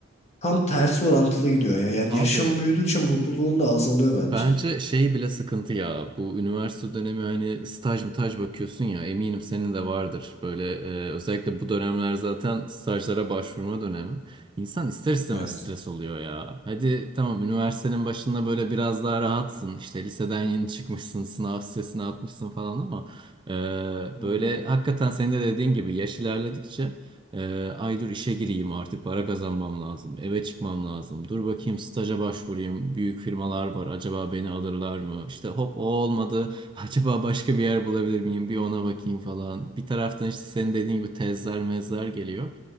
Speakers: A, on the left; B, on the right.
A: tam tersi orantılı gidiyor ya. Yani
B: Abi
A: yaşım büyüdükçe mutluluğun da azalıyor
B: Bence
A: bence.
B: şey bile sıkıntı ya bu üniversite dönemi hani staj mı taj bakıyorsun ya eminim senin de vardır böyle e, özellikle bu dönemler zaten stajlara başvurma dönemi insan ister istemez
A: Evet.
B: stres oluyor ya hadi tamam üniversitenin başında böyle biraz daha rahatsın işte liseden yeni çıkmışsın sınav stresini atmışsın falan ama e,
A: Hı
B: böyle
A: hı.
B: hakikaten senin de dediğin gibi yaş ilerledikçe ee, ay dur işe gireyim artık para kazanmam lazım. Eve çıkmam lazım. Dur bakayım staja başvurayım. Büyük firmalar var. Acaba beni alırlar mı? İşte hop o olmadı. <laughs> Acaba başka bir yer bulabilir miyim? Bir ona bakayım falan. Bir taraftan işte senin dediğin gibi tezler mezler geliyor.